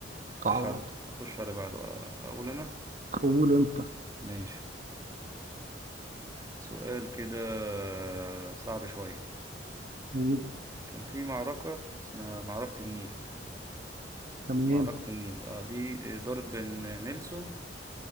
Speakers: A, on the right; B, on the right.
A: تعوض
B: خش على اخش على بعده أ- اقول انا
A: قول انت
B: ماشي سؤال كده آه، صعب شوية
A: قول
B: كان في معركة اسمها معركة النيل
A: تمام
B: معركة النيل اه دي آه، دارت بين نيلسون